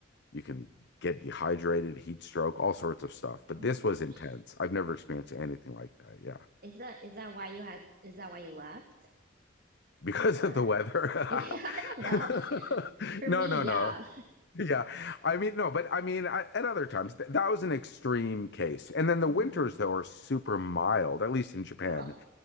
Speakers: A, on the left; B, on the right.
A: you can get dehydrated, heat stroke, all sorts of stuff. But
B: Oh my
A: this
B: gosh.
A: was intense. I've never experienced anything like that. Yeah. <laughs>
B: Is that is that why you had is that why you left?
A: Because
B: Or
A: of the weather.
B: <laughs> yeah, I don't
A: <laughs>
B: know. For
A: No,
B: me,
A: no,
B: yeah.
A: no. Yeah. I mean, no, but I mean, I, at other times, th that was an extreme case. And then the
B: Mm.
A: winters, though, are super mild, at least in Japan.
B: Oh.